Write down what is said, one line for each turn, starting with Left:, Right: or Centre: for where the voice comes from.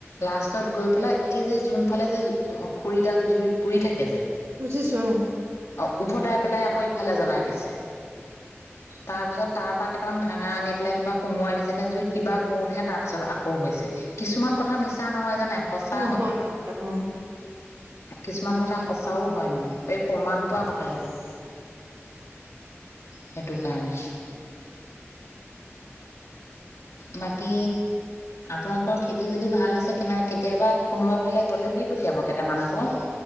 Left: লাষ্টত গৈ পেলাই, এই যে যোনফালে যে খৰিডাল জুইত পুৰি থাকে যে
Right: বুজিছোঁ অহ।
Left: অ', উভতাই পেলাই আকৌ ইফালে জ্বলাই দিছে।
Right: উ
Left: তাৰপিছত তাৰপৰা কেইটামান ভাঙা আনি পেলাই কিবা সোমোৱাই দিছে নে জুইত, কিবা কৰোতেহে তাৰ পিছত আকৌ হৈছে। কিছুমান কথা মিছা নহয় জানে, সঁচা
Right: নহয়
Left: হয়।
Right: নহয় অ
Left: কিছুমান কথা সঁচাও হয় মানে, এই প্ৰমাণ পোৱা কথা এইবোৰ। সেইটোকাৰণে। বাকী আপোনালোকৰ খেতি যদি ভাল হৈছে, কেনে কেতিয়াবা কোনোবা ফালে গ'লে দি পঠিয়াব কেইটামান আকৌ।